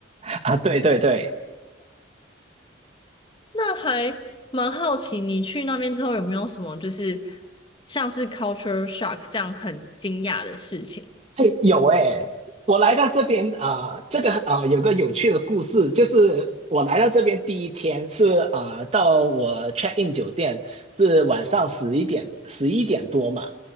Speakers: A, on the right; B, on the left.
A: 啊，对对对，
B: 那还蛮好奇，你去那边之后有没有什么就是像是 culture shock 这样很惊讶的事情
A: 哎，有哎，我来到这边啊、呃这个啊呃有个有趣的故事，就是我来到这边第一天是啊呃到我 check in 酒店是晚上十一点十一点多嘛，